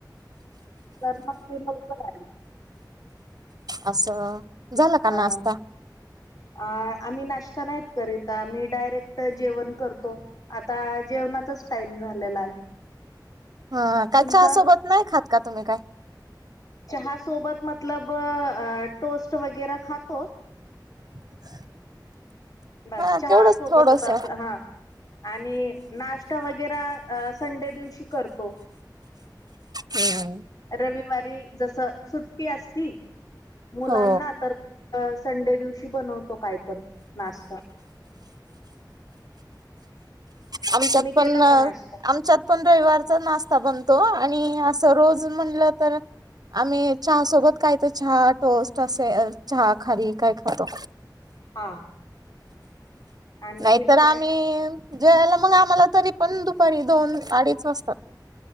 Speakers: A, on the left (about 55°); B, on the right (about 60°).
A: तर मग ते लवकर आली.
B: असं, झाला का
A: हा
B: ना नासता.?
A: अ आम्ही नाश्ता नाहीत करीत,, आम्ही डायरेक्ट जेवण करतो. आता जेवणाचाच टाईम झालेला आहे.
B: हं, काय
A: तुमचा
B: च्या सोबत नाही खात का तुम्ही काय?
A: चहा सोबत मतलब, अ टोस्ट वगैरा खातो.
B: <inaudible>
A: बस चहा
B: तेवढंच
A: सोबतच
B: थोडस
A: असं, हा. आणि नाश्ता वगैरा,, अ संडे दिवशी करतो.
B: हम्मम.
A: रविवारी जसं सुट्टी असती, मुलांना
B: हो
A: तर अ संडे दिवशी बनवतो काय पण,, नाश्ता.
B: आमच्यात
A: तुम्ही
B: पण,
A: केला
B: आमच्यात
A: का नाश्ता
B: पण रविवारचा नाश्ता बनतो, आणि असं रोज म्हणलं तर आम्ही चहा सोबत काय तर चहा टोस्ट असे चहा खारी काय खातो.
A: हा आणखीन
B: नाहीतर
A: काय
B: आम्ही जेवायला मग आम्हाला तरी पण दुपारी दोन अडीच वाजतात.